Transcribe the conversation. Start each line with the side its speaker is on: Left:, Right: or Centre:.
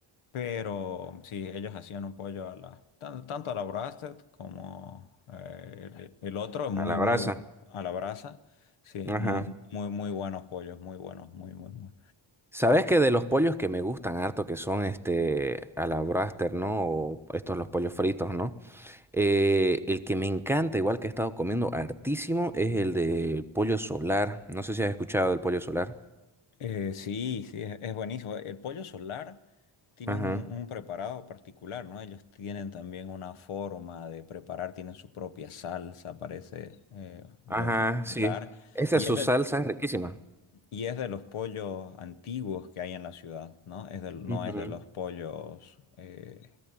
Left: Pero sí, ellos hacían un pollo a la, tan- tanto a la brasted como eh, el, el otro, muy,
Centre: a la
Left: muy
Centre: brasa.
Left: a la brasa. Sí,
Centre: Ajá.
Left: muy, muy, muy buenos pollos, muy buenos, muy, muy muy
Centre: ¿Sabes que de los pollos que me gustan harto, que son este a la braster, ¿no? O estos los pollos fritos, ¿no? Eh, el que me encanta, igual que he estado comiendo hartísimo, es el del pollo solar. No sé si has escuchado del pollo solar.
Left: Eh, sí, sí, es, es buenísimo. El pollo solar tiene
Centre: Ajá.
Left: un, un preparado particular, ¿no? Ellos tienen también una forma de preparar, tienen su propia salsa, parece eh, muy
Centre: Ajá,
Left: particular.
Centre: sí. Esa
Left: Y
Centre: es su
Left: es del,
Centre: salsa es riquísima.
Left: Y es de los pollos antiguos que hay en la ciudad, ¿no? Es de- no
Centre: Ujú.
Left: es de los pollos, eh,